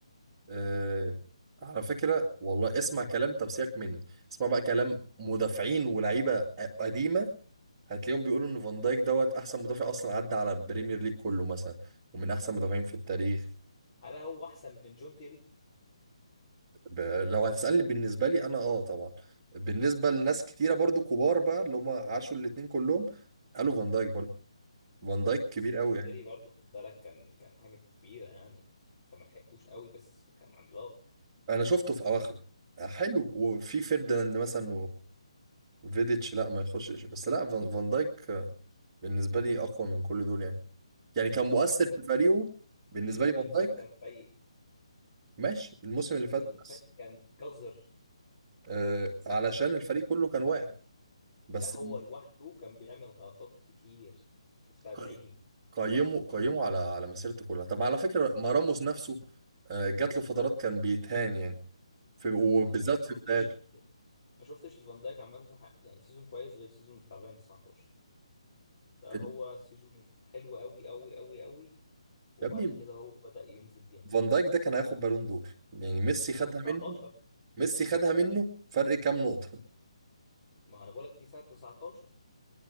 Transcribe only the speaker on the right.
آه، على فكرة والله اسمع كلام طب سيبك مني اسمع بقى كلام مدافعين ولاعيبة قديمة هتلاقيهم بيقولوا ان فان دايك دوت احسن مدافع اصلا عدى على البريمير ليج كله مثلا ومن احسن مدافعين في التاريخ
ب... لو هتسألني بالنسبة لي انا اه طبعا بالنسبة لناس كتيرة برضو كبار بقى اللي هم عاشوا الاتنين كلهم قالوا فان دايك برضو فان دايك كبير
قوي
يعني
انا شفته في اواخره حلو وفي فيرديناند مثلا وفيديتش لا ما يخشش بس لا فان فان دايك بالنسبة لي أقوى من كل دول يعني يعني كان مؤثر
في
فريقه بالنسبة
لي فان
دايك
ماشي الموسم
اللي فات
بس
آه علشان الفريق كله كان واقع بس
ق-
قيمه قيمه على على مسيرته كلها طب على فكرة ما راموس نفسه آه جات له فترات كان بيتهان يعني في وبالذات
في بدايته
ال-
يا ابني
فان دايك ده كان هياخد بالون دور يعني ميسي خدها
منه ميسي خدها منه فرق كام نقطة